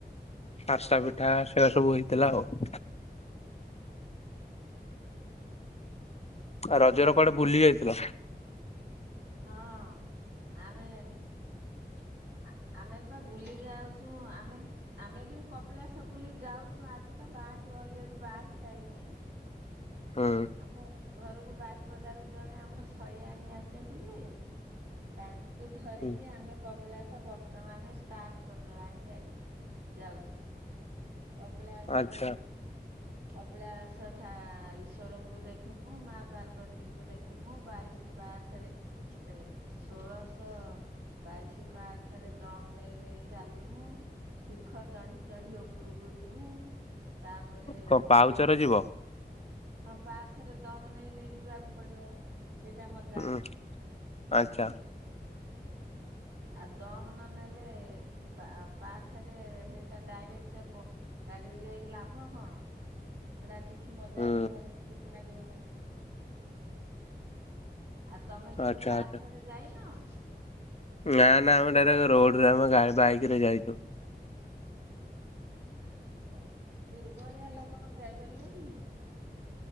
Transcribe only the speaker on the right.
ହଁ ଆମେ ଆ ଆମେ ପା ବୁଲି ଯାଉଚୁ ଆମେ ଆମେ ବି କପିଳାସ ବୁଲି ଯାଉଚୁ ଆଜି ତ ବାହାରିଚୁ ଅଲେଡି ବାହାରି ସାଇଲୁଣୁ।
ଆମ ଘରକୁ ବାରିପଦାରୁ ଜଣେ ଆମର ଶଇଆଣି ଆସିଚନ୍ତି ଯେ ତା କୁ ଧରିକି
ଆମେ କପିଳାସ ବର୍ତ୍ତମାନେ ଷ୍ଟାର୍ଟ କଲାଣି ଗାଡି। ଯାଉଚୁ କପିଳାସ
ରେ କପିଳାସ ଠା ଈଶ୍ଵରଙ୍କୁ ଦେଖିମୁ ମା ପାର୍ବତୀଙ୍କୁ ଦେଖିମୁ ବାଇଶୀ ପାକ୍ଷ୍ୟାରେ ଏ ଷୋଳଶ ବାଇଶି ପାଆଛ ରେ ଦମ୍ ନେଇ ନେଇ ଚାଲିମୁୁ ଶିଖ ଚଢି ଚଢି ଓ ଉପୁରୁକୁ ଯିମୁ ତାପରେ
ହଁ ପାଆଛରେ ଦମ୍ ନେଇ ନେଇ ଯିବାକୁ ପଡିବ ସେଇଟା ମଜା।
ଆ ଦମ୍ ନ ନେଲେ ଉଁ ବା ପାଆଛରେ ହେଇଟା ଡାଇରେକ୍ଟ ବ ଗାରିରେ ଯାଇକି ଲାଭ କଣ ସେରା କିଛି ମଜା
ଉଠିବନି ଖୁସି ଲାଗିବନି ଆ ତମେ କେବେ
ପାଆଛରେ
ଯାଇନ? ବା
ଆଉ ହଉ ଦୁର୍ବଳିଆ ଲୋକ କଁ ଯାଇପାରିବେ କି